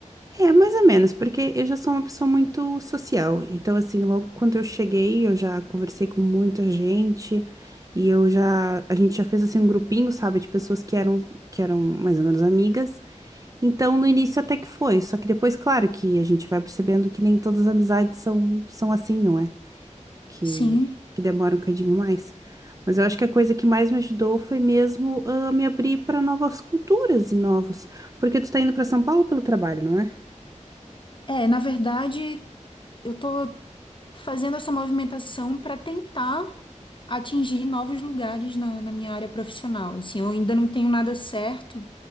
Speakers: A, on the right; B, on the left.
A: É, mais ou menos, porque eu já sou uma pessoa muito social. Então, assim, logo quando eu cheguei, eu já conversei com muita gente e eu já, a gente já fez assim um grupinho, sabe, de pessoas que eram que eram mais ou menos amigas. Então, no início até que foi, só que depois, claro, que a gente vai percebendo que nem todas as amizades são são assim, não é? Que
B: Sim.
A: que demora um bocadinho mais. Mas eu acho que a coisa que mais me ajudou foi mesmo ah, me abrir para novas culturas e novos, porque tu tá indo para São Paulo pelo trabalho, não é?
B: É, na verdade, eu tô fazendo essa movimentação para tentar atingir novos lugares na, na minha área profissional. Assim, eu ainda não tenho nada certo,